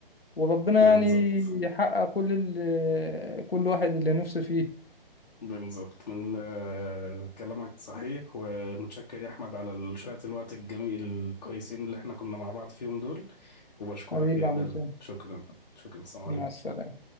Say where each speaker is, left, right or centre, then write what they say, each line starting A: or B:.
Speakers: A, on the left; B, on the left.
A: وربنا
B: بالظبط
A: يعني يحقق كل ال... كل واحد اللي نفسه فيه
B: بالظبط من آه، كلامك صحيح ومتشكر يا احمد على ال- شوية الوقت الجميل الكويسين اللي احنا كنا مع بعض فيهم دول وبشكرك
A: حبيبي
B: جدا
A: يا عم سام
B: شكرا شكرا السلام عليكم
A: مع السلامه